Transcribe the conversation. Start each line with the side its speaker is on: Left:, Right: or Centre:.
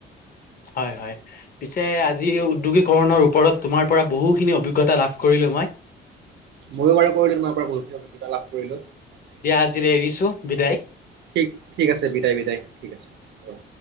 Left: হয় হয় পিছে আজি উদ্যোগীকৰণৰ ওপৰত তোমাৰ পৰা বহুখিনি অভিজ্ঞতা লাভ কৰিলো মই
Right: ময়ো বাৰু কৰিলো তোমাৰ পৰা বহুতখিনি অভিজ্ঞতা লাভ কৰিলো।
Left: দিয়া আজিলে এৰিছো বিদায়।
Right: ঠিক ঠিক আছে বিদায় বিদায় ঠিক আছে হ'ব।